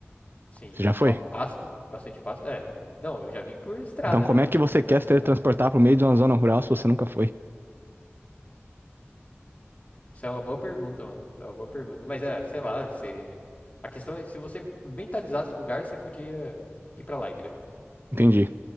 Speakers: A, on the left; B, on the right.
A: sim,
B: Você já
A: e
B: foi?
A: ba- pasto, bastante pasto. É, não, eu já vi por estrada,
B: Então, como
A: né?
B: é que você
A: Andando
B: quer
A: na
B: se
A: estrada.
B: teletransportar para o meio de uma zona rural se você nunca foi?
A: Isso é uma boa pergunta, mano. É uma boa pergunta. Mas é, sei lá, se... a questão é se você mentalizasse o lugar, você podia ir para lá, entendeu?
B: Entendi.